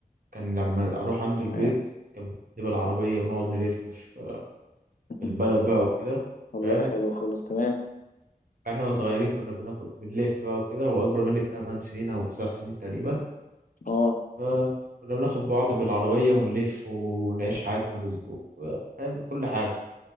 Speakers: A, on the right; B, on the left.
A: كان لما اروح عنده
B: تمام
A: البيت كان بيجيب بالعربيه ونقعد نلف في
B: <laughs>
A: في البلد بقى وكده
B: والله
A: فاهم
B: حلو خالص تمام
A: احنا وإحنا صغيرين كنا بناخد بنلف بقى وكده هو اكبر مني بتاع 8 سنين او 9 سنين تقريبا
B: اه
A: فكنا بناخد بعض بالعربيه ونلف ونعيش حياتنا بز... فاهم كل حاجه